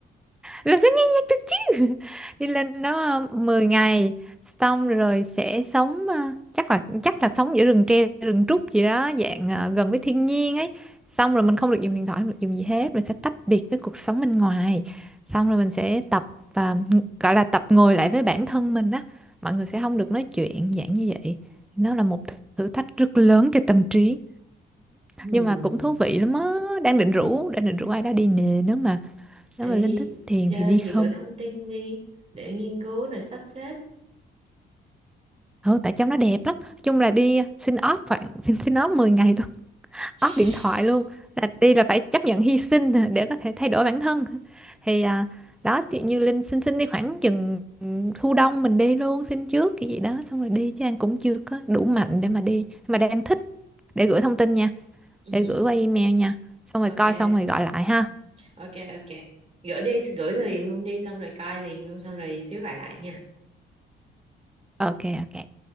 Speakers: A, in the centre; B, on the right.
A: làm sao nhanh nhất được chứ <laughs> đi lên đó ờ, 10 ngày xong rồi sẽ sống ờ, chắc là chắc là sống giữa rừng tre rừng trúc gì đó dạng ờ, gần với thiên nhiên ấy xong rồi mình không được dùng điện thoại không được dùng gì hết mình sẽ tách biệt với cuộc sống bên ngoài xong rồi mình sẽ tập ờ, gọi là tập ngồi lại với bản thân mình á mọi người sẽ không được nói chuyện dạng như vậy nó là một thử thách rất lớn cho tâm trí
B: hmm.
A: nhưng mà cũng thú vị lắm á đang định rủ đang định rủ ai đó đi nè nếu mà nếu
B: Ê,
A: mà Linh thích thiền
B: giờ
A: thì đi không
B: gì gửi thông tin đi để nghiên cứu rồi sắp xếp
A: Ừ, tại trong nó đẹp lắm. Nói Chung là đi à, xin off khoảng <laughs> xin xin off 10 ngày luôn,
B: <laughs>
A: off điện thoại luôn. Là đi là phải chấp nhận hy sinh <laughs> để có thể thay đổi bản thân. Thì à, đó chị như Linh xin xin đi khoảng chừng thu đông mình đi luôn, xin trước cái gì đó xong rồi đi chứ An cũng chưa có đủ mạnh để mà đi Nhưng mà đang thích để gửi thông tin nha,
B: ừ.
A: để gửi qua email nha. Xong rồi
B: ok
A: coi xong rồi gọi lại ha.
B: ok ok gửi đi gửi liền luôn đi xong rồi coi liền luôn xong rồi xíu gọi lại nha
A: Ok ok.